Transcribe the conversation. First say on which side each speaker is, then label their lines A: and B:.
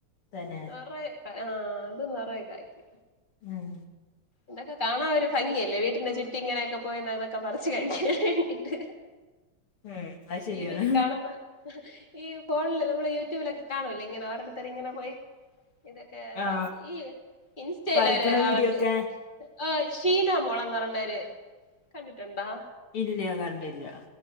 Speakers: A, on the left (about 75°); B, on the left (about 20°).
A: തന്നെ
B: നിറയക്ക ആഹ് അതും നിറയ കായ്ക്ക്
A: ഉം
B: ഇതൊക്കെ കാണാൻ ഒരു ഭംഗിയല്ലേ വീട്ടിന്റെ ചുറ്റി ഇങ്ങനെയൊക്കെ പോയെന്ന അതൊക്കെ പറച്ച്ു കഴിാൻ വേണ്ടിട്ട്
A: ഉം അത് ശരിയാണ്
B: ടി വിൽ കാണുമ്പോ ഈ ഫോണില് നമ്മള് യൂട്യൂബിലൊക്കെ കാണൂല്ലേ ഇങ്ങനെ ഓരുടുത്തർ ഇങ്ങനെ പോയി ഇതൊക്കെ
A: ആ
B: പററച്ച് ഈ ഇൻസ്റ്റയില
A: പറിക്കണ
B: ഒരാളുണ്ട്
A: വീഡിയോ ഒക്കെ
B: ആ് ഷീനാമോളന്ന് പറയണ്ടവര് കണ്ടിട്ടുണ്ടോ
A: ഇല്ല കണ്ടില്ല